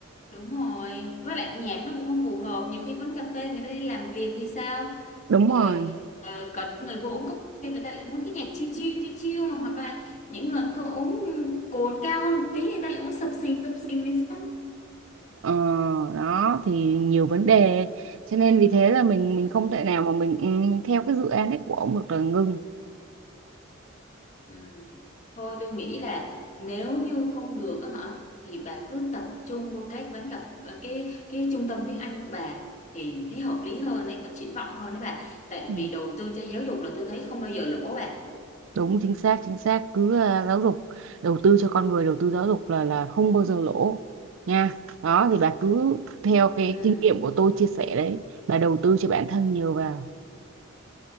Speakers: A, on the left (about 35°); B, on the right (about 65°).
A: Đúng rồi, với lại nhạc nó cũng không phù hợp Nhiều khi quán cà phê người ta đi làm việc thì sao
B: đúng
A: Rồi
B: rồi
A: ờ, có những người vô uống cà phê người ta lại muốn cái nhạc chill chill chill chill mà Hoặc là những người có uống cồn cao hơn một tí người ta lại muốn sập sình sập sình thì sao
B: ờ, đó thì nhiều vấn đề cho nên vì thế là mình mình
A: ừ,
B: không thể nào mà mình, ừ, mình theo cái dự án ấy của ông được là ngưng
A: ừ. Thôi tôi nghĩ là nếu như không được á hả Thì bà cứ tập trung vô cái quán cà phê, cái, cái trung tâm tiếng Anh của bà Thì thấy hợp lý hơn đấy, có triển vọng hơn đấy bà Tại
B: Ừ,
A: vì đầu tư cho giáo dục là tôi thấy không bao giờ lỗ bà
B: đúng chính xác chính xác cứ à, giáo dục đầu tư cho con người đầu tư giáo dục là là không bao giờ lỗ nha đó thì bà cứ theo cái
A: Ừ,
B: kinh nghiệm của tôi chia sẻ đấy bà đầu tư cho bản thân nhiều vào